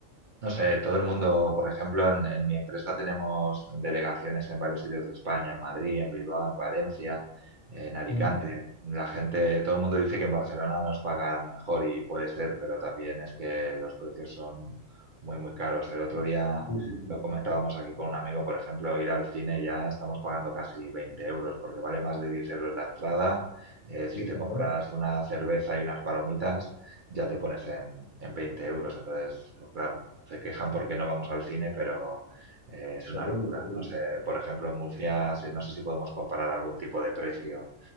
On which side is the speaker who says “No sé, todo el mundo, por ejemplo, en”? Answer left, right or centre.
Right